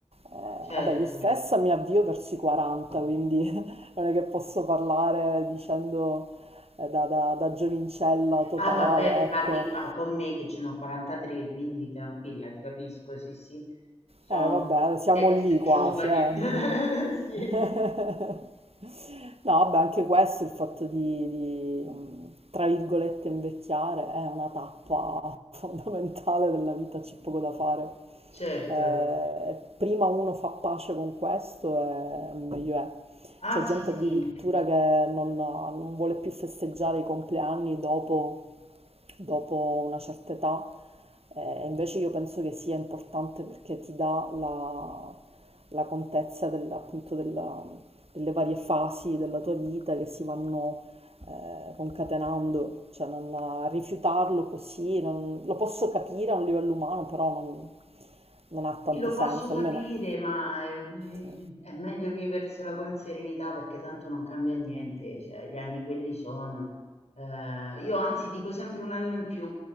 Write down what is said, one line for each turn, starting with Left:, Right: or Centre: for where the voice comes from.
Right: eh,
Left: certo.
Right: vabbè, io stessa mi avvio verso i 40, quindi <laughs> non è che posso parlare dicendo eh, da, da, da giovincella totale,
Left: Ah vabbè,
Right: ecco.
Left: parli co- ah, con me che ce n'ho 43, quindi tranquilla, ti capisco, sì sì, sono
Right: Eh, vabbè, siamo
Left: ex
Right: lì quasi,
Left: giovane.
Right: eh.
Left: <laughs>
Right: quindi.
Left: Sì,
Right: <laughs> No, vabbè, anche questo, il fatto di, di, mh, tra virgolette, invecchiare è una tappa <laughs> fondamentale della vita, c'è poco da fare.
Left: certo.
Right: Eh, prima uno fa pace con questo, e meglio è.
Left: Ah
Right: C'è
Left: sì
Right: gente
Left: sì,
Right: addirittura che non, non vuole più festeggiare i compleanni dopo, dopo una certa età, eh, invece io penso che sia importante perché ti dà la, la contezza del- appunto della- delle varie fasi della tua vita che si vanno eh, concatenando, cioè non rifiutarlo così, non- lo posso capire a un livello umano, però non, non ha
Left: Sì,
Right: tanto
Left: lo
Right: senso,
Left: posso capire,
Right: almeno...
Left: ma eh,
Right: sì.
Left: è meglio viversela con serenità perché tanto non cambia niente, cioè gli anni quelli sono. Eh, io anzi dico sempre un anno in più,